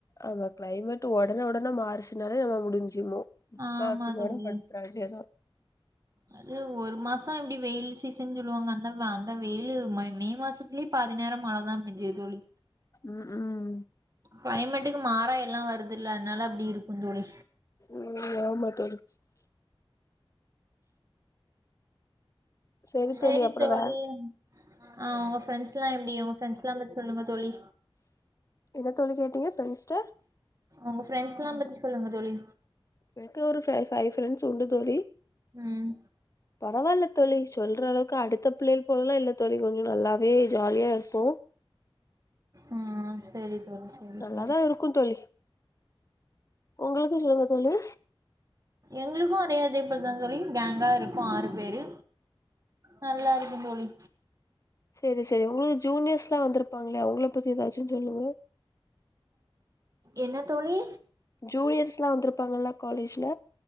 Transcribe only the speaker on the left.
ஆமா க்ளைமேட்டு ஒடனே ஒடனே மாறுச்சுனாலே நம்ம முடிஞ்சிமோ முக்காவாசி
பேரே
படுத் ராடியாதா
ம் ம்
ம் ஆமா தோழி செரி
அப்றோ
வே
என்ன தோழி கேட்டீங்க ஃப்ரெண்ஸ்ட்ட
வென்க்கு ஒரு ஃப்ரை ஃபை ஃப்ரெண்ட்ஸு உண்டு தோழி
பரவால்ல தோழி சொல்ற அளவுக்கு அடுத்த பிள்ளைள் போலல்லா இல்ல தோழி கொஞ்சு நல்லாவே ஜாலியா இர்ப்போ
நல்லாதா
இருக்கு தோழி உங்களுக்கு ஷொல்லுங்க தோழி
செரி செரி உங்க்ள் ஜூனியஸ்ல்லா வந்துருப்பாங் இல்லையா அவ்ங்கள பத்தி எதாச்சுன் சொல்லு ஓ
ஜூனியர்ஸ்லா வந்துருப்பாங்கல்ல காலேஜ்ல